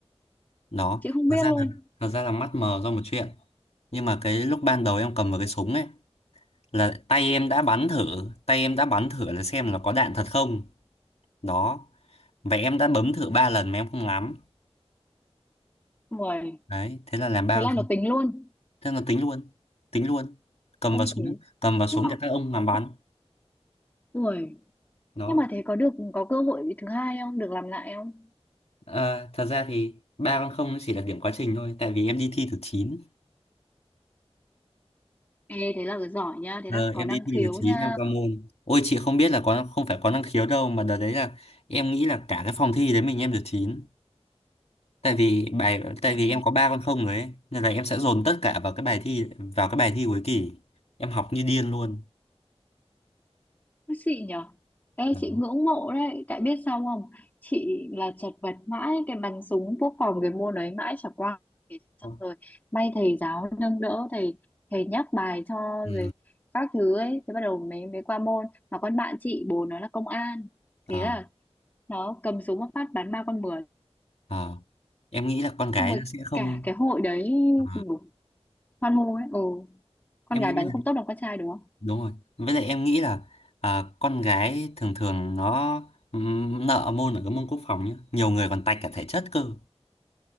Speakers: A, on the left; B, on the left.
A: đó
B: chị không
A: thật
B: biết
A: ra
B: luôn
A: là thật ra là mắt mờ do một chuyện nhưng mà cái lúc ban đầu em cầm vào cái súng ấy là tay em đã bắn thử tay em đã bắn thử là xem là có đạn thật không đó vậy em đã bấm thử ba lần mà em không ngắm
B: Uầy.
A: đấy thế là làm ba
B: thế là nó tính luôn
A: thế là tính luôn tính luôn cầm
B: ôi
A: vào súng
B: thế
A: cầm vào súng
B: nhưng mà
A: để các ông làm bắn
B: thế, ui
A: đó
B: nhưng mà thế có được có cơ hội thứ hai không được làm lại không
A: à, thật ra thì ba con không nó chỉ là điểm quá trình thôi tại vì em đi thi được chín
B: ê thế là giỏi nha thế
A: Ờ,
B: là
A: em
B: có năng
A: đi thi
B: khiếu
A: được
B: nha
A: chín em qua môn ôi chị không biết là có không phải có năng khiếu đâu mà đợt đấy là em nghĩ là cả cái phòng thi đấy mình em được chín tại vì bài tại vì
B: ê
A: em có ba con không đấy nên là em sẽ dồn tất cả vào cái bài thi vào cái bài thi cuối kỳ em học như điên luôn
B: xịn nhở Ê
A: đó.
B: chị ngưỡng mộ đấy Tại biết sao không Chị là chật vật mãi Cái bắn súng quốc phòng cái môn ấy mãi chả qua Thế Xong
A: Không.
B: rồi may thầy giáo nâng đỡ Thầy thầy nhắc bài cho
A: Ừ.
B: rồi Các thứ ấy Thế bắt đầu mới mới qua môn Mà con bạn chị bố nó là công an
A: À,
B: Thế là nó cầm súng một phát bắn ba con mười
A: à. Em nghĩ là con
B: Xong
A: gái
B: rồi
A: nó sẽ không
B: cả cái hội đấy
A: à,
B: kiểu, Hoan hô ấy ừ. Con
A: em
B: gái
A: nghĩ
B: bắn
A: là
B: không tốt bằng con trai đúng không
A: đúng rồi với lại em nghĩ là à, con gái thường thường nó ừm, nợ môn ở cái môn quốc phòng nhá nhiều người còn tạch cả thể chất cơ